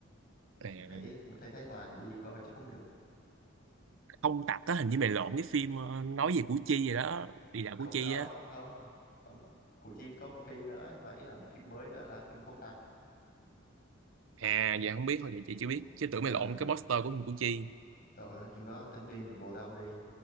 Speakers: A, on the right (about 70°); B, on the left (about 45°).
A: Nè,
B: mà thấy mà thấy Thái Hòa thì đi coi cho cũng được
A: không tặc á hình như mày lộn cái phim ờ, nói về Củ Chi vậy đó đi dạo
B: không
A: Củ Chi
B: không
A: á
B: không ông Củ Chi có một phim nữa mà ý là một phim mới nữa là phim không tặc
A: à dạ không biết thôi vậy chị
B: ừ.
A: chưa biết chứ tưởng
B: ờ,
A: mày lộn cái poster của phim Củ Chi
B: rồi phim đó tính đi mà bồ tao không đi